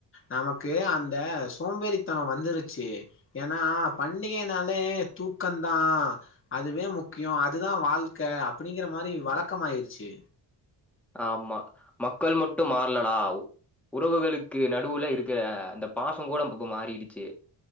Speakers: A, on the left; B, in the centre.
A: நமக்கு அந்த சோம்பேறித்தனொ வந்துருச்சு ஏனா பண்டிகனாலே தூக்கந்தா அதுவே மு க்கியொ அதுதா வாழ்க்க அப்புடிங்கிற மாரி வழக்கமாயிருச்சு
B: ஆமா மக்கள் மட்டு மாறலடா உறவுகளுக்கு நடுவுல இருக்குற அந்த பாசொங்கூட இப்பப்ப மாறிடுச்சு